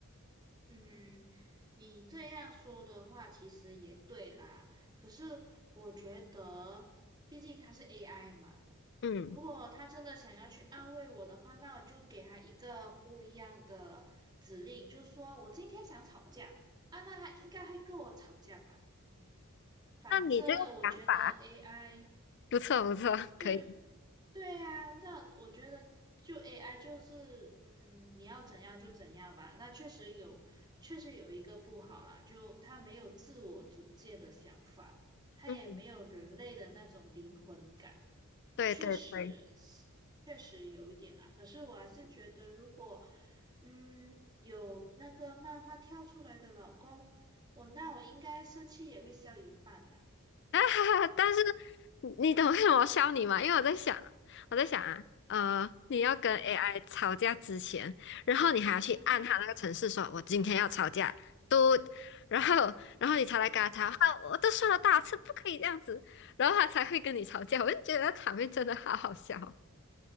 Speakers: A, on the right (about 20°); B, on the left (about 55°).
A: 嗯，你这样说的话其实也对啦，可是我觉得，毕竟它是 AI 嘛，
B: 嗯，
A: 如果他真的想要去安慰我的话，那我就给他一个不一样的指令，就是说我今天想吵架啊，那他应该会跟我吵架吧？反正我觉得
B: 那你这个想法
A: AI
B: 不错不错，
A: 对
B: 可以。
A: 对呀，这样我觉得就 AI 就是，嗯，你要怎样就怎样吧。那确实有，确实有一个不好啦，就它没有自我主见的想法，它也没有人类的那种灵魂感。
B: 嗯，对对对。
A: 确实是，确实有一点啦。可是我还是觉得，如果嗯有那个漫画跳出来的老公，我那我应该生气也会消一半啦。
B: 啊哈哈！但是你懂为什么我笑你吗？因为我在想，我在想啊，呃，你要跟
A: 嗯
B: AI 吵架之前，然后你还要去按他那个程式说，
A: 嗯。
B: 我今天要吵架，嘟，然后然后你才来跟他吵，啊，我都说了多少次不可以这样子，然后他才会跟你吵架。我就觉得场面真的好好笑哦